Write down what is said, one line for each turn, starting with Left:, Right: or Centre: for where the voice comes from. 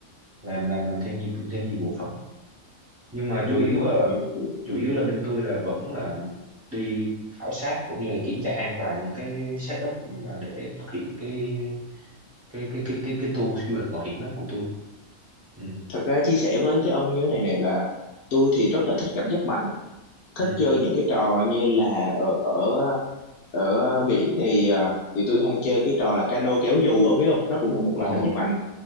Right: làm làm làm thêm nhiều thêm nhiều bộ phận nhưng mà
Left: Ừ.
Right: chủ yếu là
Left: Hiểu, hiểu.
Right: chủ yếu là bên tôi là vẫn là đi khảo sát cũng như là kiểm tra an toàn những cái setup mà để thực hiện cái cái cái cái cái cái tour du lịch mạo hiểm đó của tôi ừ
Left: Thật ra chia sẻ với với ông như thế này này là tôi thì rất là thích cảm giác mạnh
Right: ừ
Left: thích chơi những cái trò như là ở ở ở biển thì ờ, thì tôi hay chơi cái trò là cano kéo dù ông biết không nó cũng là một loại
Right: ờ
Left: cảm giác mạnh